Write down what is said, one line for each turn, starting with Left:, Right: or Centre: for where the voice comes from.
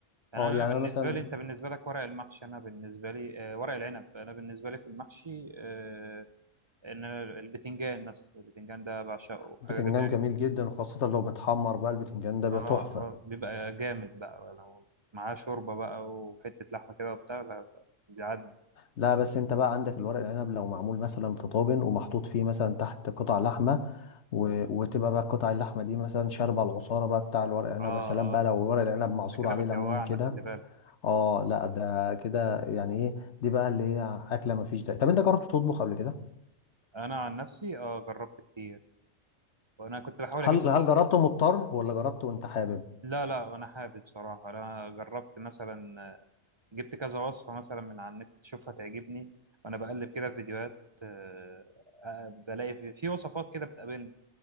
Right: يعني
Left: اه
Right: انا
Left: يعني
Right: بالنسبه
Left: انا مثلا
Right: لي انت بالنسبه لك ورق المحشي انا بالنسبه لي آه، ورق العنب انا بالنسبه لي في المحشي آه، ان البتنجان مثلا البتنجان ده بعشقه
Left: بتنجان
Right: حاجه جميله
Left: جميل جدا وخاصه لو متحمر بقى البتنجان ده بيبقى
Right: اه
Left: تحفه
Right: اه بيبقى جامد بقى لو معاه شوربه بقى وحته لحمه كده وبتاع لا بيعدي
Left: لا بس انت بقى عندك الورق العنب لو معمول مثلا في طاجن ومحطوط فيه مثلا تحت قطع لحمه و... وتبقى بقى قطع اللحمه دي مثلا شاربه العصاره بقى بتاع الورق العنب
Right: اه
Left: يا سلام بقى
Right: اه
Left: لو ورق العنب معصور
Right: انت كده
Left: عليه
Right: بتجوعنا
Left: ليمون كده
Right: خلي بالك
Left: اه لا ده كده يعني ايه دي بقى اللي هي اكله ما فيش زي طب انت جربت تطبخ قبل كده
Right: انا عن نفسي اه جربت كتير وانا كنت بحاول اجيب
Left: هل هل جربته مضطر ولا جربته وانت حابب
Right: لا لا انا حابب بصراحه انا جربت مثلا جبت كذا وصفه مثلا من على النت اشوفها تعجبني وانا بقلب كده في فيديوهات آه، آه، بلاقي في في وصفات كده بتقابلني